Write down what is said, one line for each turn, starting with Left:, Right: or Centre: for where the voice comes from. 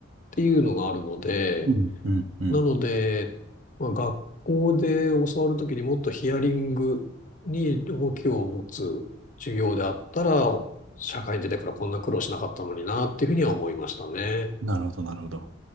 Left: ていうのがあるので、
Right: うんうんうん。
Left: なので、まあ、学校で教わるときにもっとヒアリングに重きを持つ授業であったら、社会に出てからこんな苦労しなかったのになっていうふうには思いましたね。
Right: なるほどなるほど。